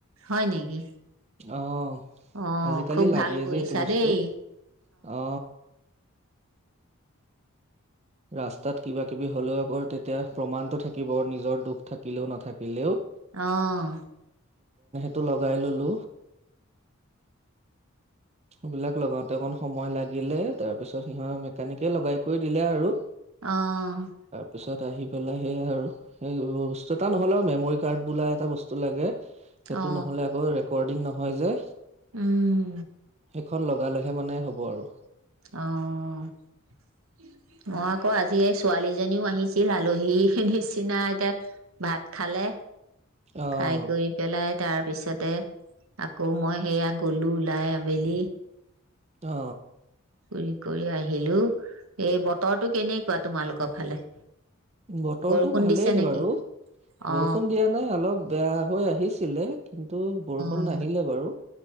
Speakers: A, on the right (about 75°); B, on the right (about 30°).
A: হয় নেকি?
B: অ',
A: অ
B: আজিকালি
A: খুব
B: লাগেই
A: ভাল কৰিছা
B: যে, এইটো বস্তু।
A: দেই
B: অ ৰাস্তাত কিবা কিবি হ'লেও, আকৌ তেতিয়া প্ৰমাণটো থাকিব, নিজৰ দোষ থাকিলেও, নাথাকিলেও।
A: অ'।
B: টো লগাই ল'লো। সেইবিলাক লগাওঁতে অকণ সময় লাগিলে, তাৰপিছত মেকাৰ্নিকে লগাই কৰি দিলে আৰু
A: অ'।
B: পিছত আহি পেলাই, সেইয়া আৰু, <unintelligible> এটা নহ'লেও, মেমৰী-কাৰ্ড বোলা এটা বস্তু লাগে। সেইটো
A: অ
B: নহ'লে, আকৌ ৰেক ৰেকৰ্ডিঙ নহয় যে
A: উম।
B: সেইখন লগালেহে, মানে, হ'ব আৰু
A: অ', <unintelligible> আকৌ আজি এই ছোৱালীজনীও আহিছিল, আলহী নিচিনা, এতিয়া ভাত খালে।
B: অ',
A: খাই কৰি পেলাই তাৰ পিছতে, আকৌ মই সেইয়া গ'লোঁ, ওলাই আবেলি।
B: অ
A: ঘূৰি কৰি আহিলোঁ, এই বতৰটো কেনেকুৱা তোমালোকৰ ফালে?
B: বতৰটো
A: বৰষুণ
B: ভালেই
A: দিছে নেকি
B: বাৰু
A: অ
B: বৰষুণ দিয়া নাই অলপ বেয়া হৈ আহিছিলে। কিন্তু বৰষুণ
A: অ
B: নাহিলে বাৰু।